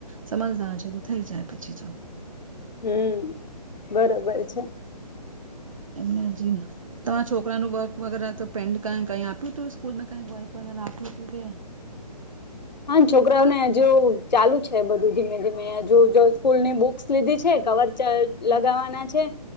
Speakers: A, on the right; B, on the left.
A: સમજદાર છે તો થઈ જાય પછી તો.
B: હમ્મ, બરોબર છે.
A: એમને હજી તમારા છોકરા નું વર્ક વગેરે તો પેન્ડ કાઈ કાઈ આપ્યું તું સ્કૂલમાં કાઈ વર્ક વગેરા કાઈક આપ્યું તું કે
B: હા, છોકરાઓને જો ચાલુ છે બધું ધીમ લીધી મેં જો જો સ્કૂલ ની બુક્સ લીધી છે. કવર લગાવવાના છે.